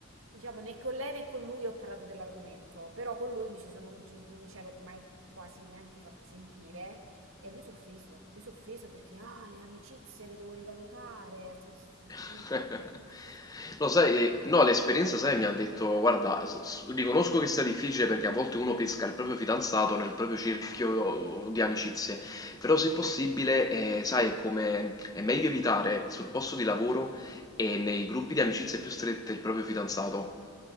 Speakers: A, on the right (about 80°); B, on the left (about 20°).
A: diciamo, né con lei né con lui ho parlato dell'argomento, però con lui mi ci sono, non ci- non mi c'ero mai quasi neanche fatta sentire e lui si è offeso, lui si è offeso perché ah, le amicizie le devo rivalutare, sto- sto-
B: <laughs>
A: capito? <laughs>
B: Lo sai, no, l'esperienza, sai, mi ha detto, guarda, s- s- riconosco che sia difficile perché a volte uno pesca il proprio fidanzato nel proprio cerchio uh, di amicizie, però se possibile, eh, sai, è come, è meglio evitare sul posto di lavoro e nei gruppi di amicizie più strette il proprio fidanzato.